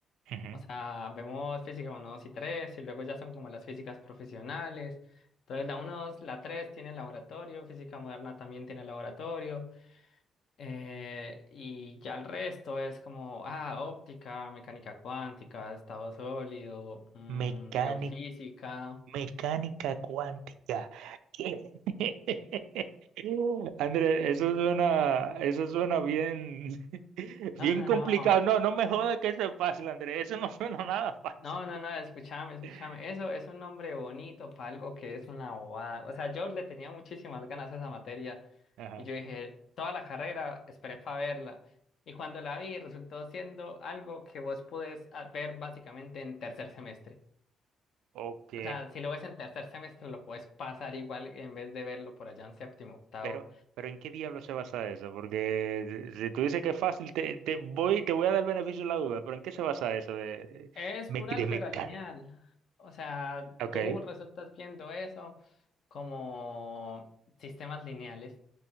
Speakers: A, on the right (about 80°); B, on the left (about 65°).
A: Ujú.
B: O sea, vemos física uno 2 y 3 y luego ya son como las físicas profesionales. Entonces, la uno 2 la 3 tiene laboratorio, física moderna también tiene laboratorio, eh, y ya el resto es como, ah, óptica, mecánica cuántica, estado sólido, mm,
A: Mecánica,
B: biofísica.
A: mecánica cuántica. ¿Qué? <laughs> André, eso suena, eso suena bien, <laughs>
B: No,
A: bien
B: no,
A: complicado.
B: no.
A: No, no me jodas que eso es fácil, André. Eso no suena nada fácil.
B: No, no, no, escúchame, escúchame.
A: <laughs>
B: Eso es un nombre bonito para algo que es una bobada. O sea, yo le tenía muchísimas ganas a esa materia
A: Ajá.
B: y yo dije, toda la carrera esperé para verla. Y cuando la vi, resultó siendo algo que vos podés ah, ver básicamente en tercer semestre.
A: Ok,
B: O sea, si lo ves en tercer semestre, lo puedes pasar igual en vez de verlo por allá en séptimo, octavo.
A: pero, pero ¿en qué diablo se basa eso? Porque si si tú dices que es fácil, te, te voy, te voy a dar el beneficio de la duda, pero ¿en qué se basa eso de,
B: Es
A: me-
B: pura
A: de,
B: álgebra
A: mecánica?
B: lineal. O sea,
A: Ok.
B: tú resultas viendo eso como sistemas lineales.